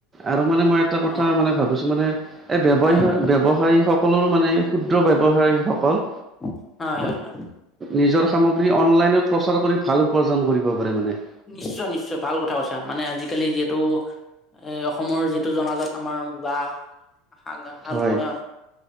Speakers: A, on the right; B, on the left.
A: আৰু মানে মই এটা কথা
B: অ
A: মানে, ভাবিছো মানে এই ব্যৱহাৰ
B: হয় হয়
A: ব্যৱসায়ী সকলৰো মানে, এই ক্ষুদ্ৰ ব্যৱসায়ীসকল।
B: হয়, হয়, হয়।
A: নিজৰ সামগ্ৰী অনলাইনত প্ৰচাৰ কৰি ভাল উপাৰ্জন কৰিব পাৰে মানেৎ
B: নিশ্চয, নিশ্চয় ভাল কথা কৈছা, মানে আজিকালি যিহেতু এই অসমৰ যিটো জনাজাত আমাৰ, বাহ খান্দা, হালবোৱা
A: হয়,